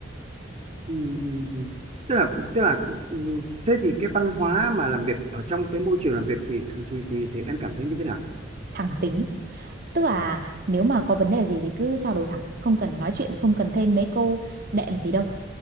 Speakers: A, on the right (about 35°); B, on the right (about 50°).
A: ừ, ừ, ừ. tức là tức là ừ, thế thì cái văn hóa mà làm việc ở trong cái môi trường làm việc thì thì thì, thì em cảm thấy như thế nào
B: thẳng tính Tức là nếu mà có vấn đề gì thì cứ trao đổi thẳng, không cần nói chuyện, không cần thêm mấy câu đệm gì đâu.